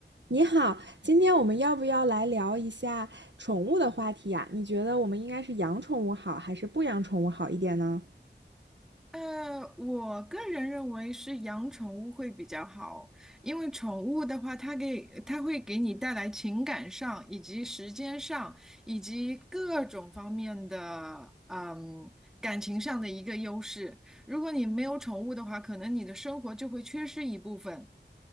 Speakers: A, on the right; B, in the centre.
A: 你好，今天我们要不要来聊一下宠物的话题呀？你觉得我们应该是养宠物好，还是不养宠物好一点呢？
B: 呃，我个人认为是养宠物会比较好，因为宠物的话，它给它会给你带来情感上，以及时间上，以及各种方面的，嗯，感情上的一个优势。如果你没有宠物的话，可能你的生活就会缺失一部分。